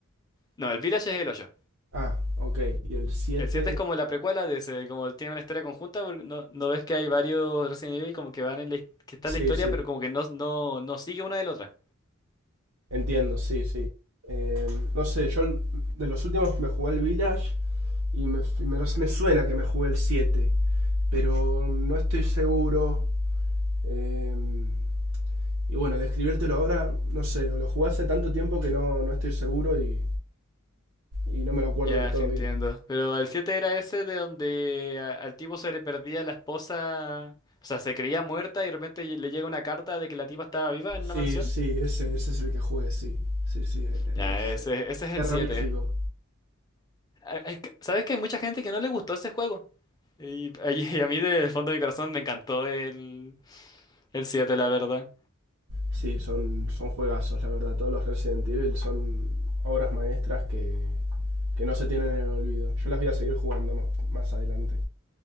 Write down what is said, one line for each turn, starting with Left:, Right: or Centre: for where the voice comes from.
Left: No, el Village es el 8.
Right: Ah, ok. Y el siete
Left: El 7 es como la precuela de ese, como tiene una historia conjunta, porque no, no ves que hay varios Resident Evil como que van en la, his- que está
Right: sí,
Left: en la historia,
Right: sí,
Left: pero como que no, no, no sigue una de la otra.
Right: entiendo, sí, sí. Eh, no sé, yo de los últimos me jugué el Village y me, me, me suena que me jugué el 7 pero no estoy seguro. Eh, y bueno, describírtelo ahora, no sé, lo jugué hace tanto tiempo que no, no estoy seguro y, y, no me lo acuerdo
Left: Ya,
Right: del todo
Left: sí entiendo.
Right: bien.
Left: Pero el 7 era ese de donde a- al tipo se le perdía la esposa, o sea, se creía muerta y de repente lle- le llega una carta de que la tipa estaba viva en una
Right: Sí,
Left: mansión.
Right: sí, ese, ese es el que jugué, sí. Sí, sí, es
Left: Ya, ese,
Right: eh,
Left: ese es
Right: terrorífico.
Left: el 7. Ay, ay, que- ¿Sabes que hay mucha gente que no le gustó ese juego? Y, y a mí del fondo de mi corazón me encantó el, el 7, la verdad.
Right: Sí, son, son juegazos, la verdad. Todos los Resident Evil son obras maestras que, que no se tienen en el olvido. Yo las voy a seguir jugando más, más adelante.